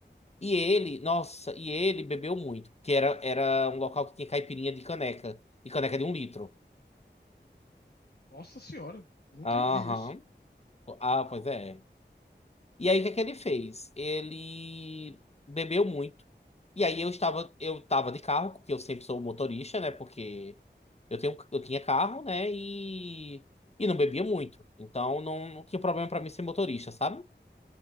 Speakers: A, on the left (about 35°); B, on the left (about 55°).
A: E ele, nossa, e ele bebeu muito, porque era, era um local que tinha caipirinha de caneca, e caneca de um litro.
B: Nossa senhora. Nunca
A: Aham.
B: nem vi isso.
A: Ah, pois é. E aí, o que é que ele fez? Ele bebeu muito. E aí, eu estava, eu estava de carro, porque eu sempre sou motorista, né? Porque eu tenho, eu tinha carro, né? E, e não bebia muito. Então, não, não tinha problema para mim ser motorista, sabe?